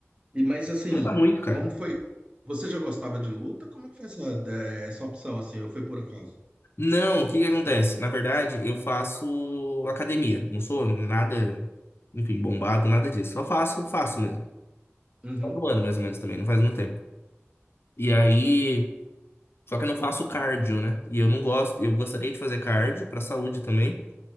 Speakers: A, on the right (about 25°); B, on the left (about 55°).
A: E mas assim,
B: Conta muito, cara.
A: como foi? Você já gostava de luta? Como é que foi essa, eh, essa opção assim? Ou foi por acaso?
B: Não, o que que acontece? Na verdade, eu faço academia. Não sou nada, enfim, bombado, nada disso. Só faço, faço mesmo.
A: Uhum.
B: Faz um ano, mais ou menos, também. Não faz muito tempo. E aí... Só que eu não faço cardio, né? E eu não gosto... Eu gostaria de fazer cardio pra saúde também.